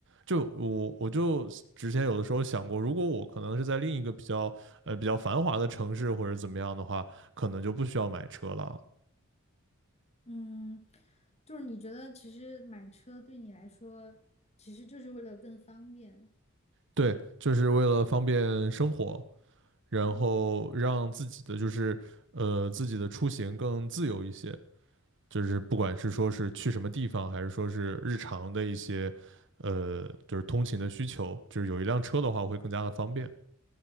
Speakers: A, on the right; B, on the left.
A: 就我我就之前有的时候想过，如果我可能是在另一个比较呃比较繁华的城市或者怎么样的话，可能就不需要买车了。
B: 嗯，就是你觉得其实买车对你来说，其实就是为了更方便。
A: 对，就是为了方便生活，然后让自己的就是呃自己的出行更自由一些。
B: 嗯，
A: 就是不管是说是去什么地方，还是说是日常的一些，呃，就是通勤的需求，就是有一辆车的话会更加的方便。